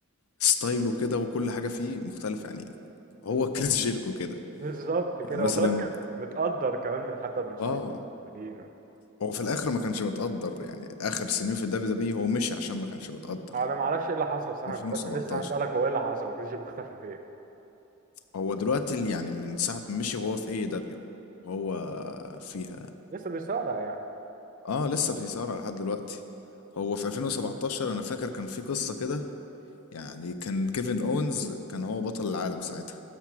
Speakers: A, on the left (about 75°); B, on the right (about 35°).
A: ستايله كده وكل حاجة فيه مختلفة يعني
B: بز-
A: هو كريس جيركو كده
B: بالظبط كده
A: يعني مثلا
B: والله كان متقدر كمان من حتى المصارعين
A: اه هو في الآخر ما كانش متقدر يعني آخر سنين في الدبليو دبليو هو مشي عشان ما كانش متقدر
B: انا ما اعرفش ايه اللي حصل صح
A: 2017
B: كنت اصلا لسه هسالك هو ايه اللي حصل كريستيانو شيكو اختفى فين
A: هو دلوقتي ال- يعني من ساعة ما مشي وهو في اي دبليو وهو فيها
B: لسه بيصارع يعني
A: اه لسه في إثارة لحد دلوقتي هو في 2017 انا فاكر كان في قصة كده يعني كان كيفن اونز كان هو بطل العالم ساعتها